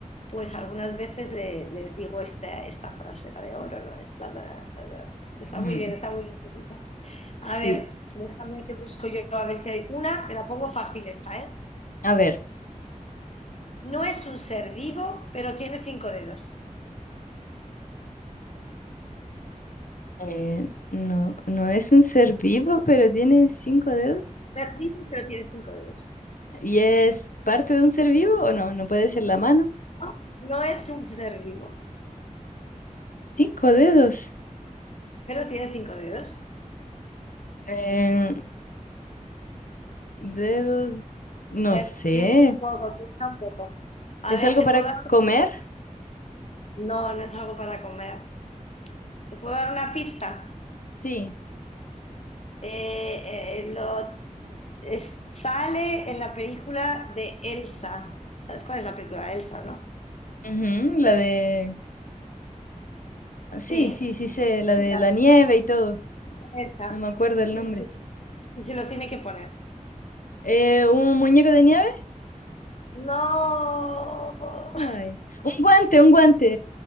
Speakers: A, on the left (about 55°); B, on the left (about 85°).
A: pues algunas veces le- les digo esta, esta frase, la de oro, ¿no? Es plátano. Está
B: Ujú,
A: muy bien, está muy bien. esa. A
B: Sí,
A: ver, déjame que busco yo, a ver si hay una, te la pongo fácil esta, ¿eh?
B: a ver,
A: No es un ser vivo, pero tiene cinco dedos.
B: eh, no, no es un ser vivo, pero tiene cinco dedos.
A: ser vivo, pero tiene cinco dedos.
B: ¿Y es parte de un ser vivo o no? ¿No puede ser la mano?
A: No, no es un ser vivo,
B: Cinco dedos.
A: pero tiene cinco dedos.
B: Eh, dedos, no
A: A ver,
B: sé.
A: piensa un poco, piensa un poco. A
B: ¿Es
A: ver,
B: algo
A: te
B: para
A: puedo dar...
B: comer?
A: No, no es algo para comer. Te puedo dar una pista.
B: Sí.
A: Eh, eh, lo... es- sale en la película de Elsa. ¿Sabes cuál es la película de Elsa, no?
B: Ujú, la de...
A: Sí,
B: ah, Sí, sí, sí sé, la de
A: sí, la
B: la nieve y todo.
A: de Elsa.
B: No me acuerdo el
A: Y
B: nombre.
A: se, y se lo tiene que poner.
B: Eh, ¿un muñeco de nieve?
A: No. <laughs>
B: Ay. Un guante, un guante.